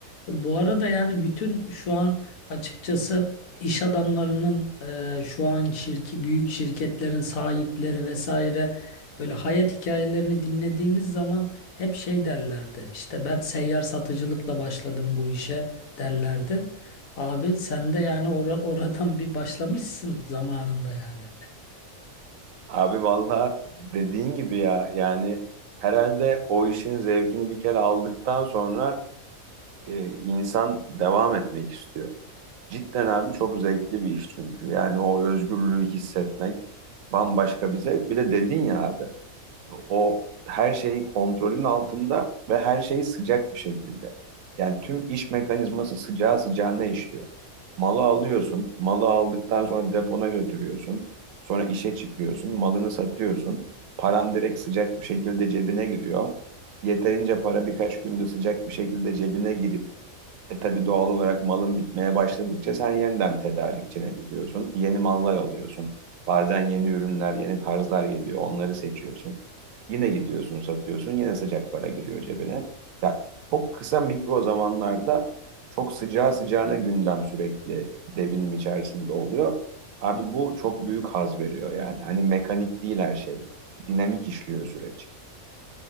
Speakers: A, on the left; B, on the right.
A: bu arada yani bütün şu an açıkçası iş adamlarının e, şu an şirki, büyük şirketlerin sahipleri vesaire böyle hayat hikayelerini dinlediğimiz zaman hep şey derlerdi İşte ben seyyar satıcılıkla başladım bu işe derlerdi. Abi sen de yani ora- oradan bir başlamışsın zamanında yani.
B: Abi valla dediğin gibi ya yani herhalde o işin zevkini bir kere aldıktan sonra e, insan devam etmek istiyor. Cidden abi çok zevkli bir iş çünkü yani o özgürlüğü hissetmek bambaşka bir zevk. Bir de dedin ya abi o her şey kontrolün altında ve her şey sıcak bir şekilde. Yani tüm iş mekanizması sıcağı sıcağına işliyor. Malı alıyorsun, malı aldıktan sonra depona götürüyorsun, sonra işe çıkıyorsun, malını satıyorsun. Paran direkt sıcak bir şekilde cebine giriyor. Yeterince para birkaç günde sıcak bir şekilde cebine girip e tabii doğal olarak malın bitmeye başladıkça sen yeniden tedarikçine gidiyorsun. Yeni mallar alıyorsun. Bazen yeni ürünler, yeni tarzlar geliyor. Onları seçiyorsun. Yine gidiyorsun, satıyorsun. Yine sıcak para giriyor cebine. Ya çok kısa mikro zamanlarda çok sıcağı sıcağına gündem sürekli devinim içerisinde oluyor. Abi bu çok büyük haz veriyor yani. Hani mekanik değil her şey. Dinamik işliyor süreç.